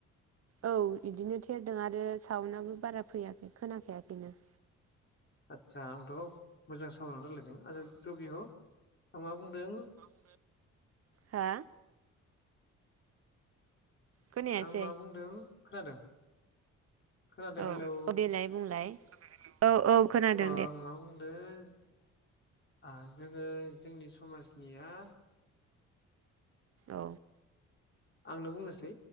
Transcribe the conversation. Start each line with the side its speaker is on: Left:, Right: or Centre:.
Right: औ बिदिनो थेरदों आरो साउनाबो बारा फैयाखै खोनाखायाखैनो
Left: आदसा आंथ' मोजां सामोन रायलाय दों आरो थ' बियाव आं मा बुंदों
Right: हा खोनायासै
Left: आं मा बुंदों खोनादों खोनादों हेलौ
Right: औ देलाय बुंलाय औ औ खोनादों
Left: अ आं
Right: दे
Left: मा बुं आरो जोङो जोंनि समाजनिया
Right: औ
Left: आंनो बुंनोसै